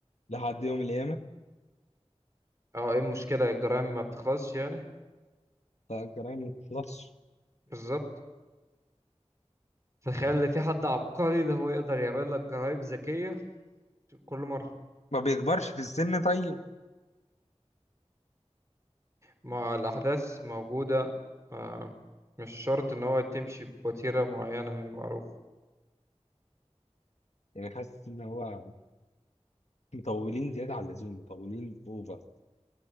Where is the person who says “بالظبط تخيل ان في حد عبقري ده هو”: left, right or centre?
Right